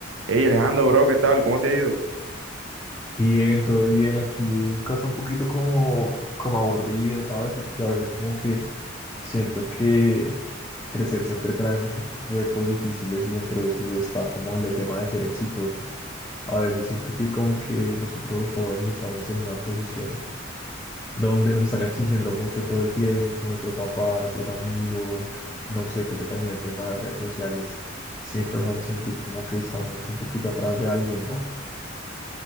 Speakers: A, on the right; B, on the left.
A: Hey Alejandro, bro, ¿qué tal? ¿Cómo te ha ido?
B: Bien, todo bien. Aquí en casa un poquito como, como aburrido, ¿sabes? Porque a veces como que siento que crecer siempre trae muchos retos difíciles y entre esos está como el tema de ser exitoso. A veces siento que como que nosotros los jóvenes estamos en una posición donde nos están exigiendo mucho todo el tiempo, nuestros papás, nuestros amigos, no sé, creo que también el tema de redes sociales siempre nos hace sentir como que estamos un poquito atrás de alguien, ¿no?